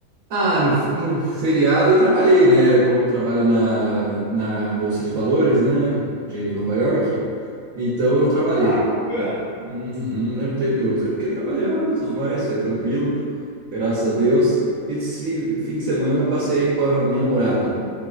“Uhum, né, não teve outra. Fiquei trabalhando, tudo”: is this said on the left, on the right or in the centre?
Right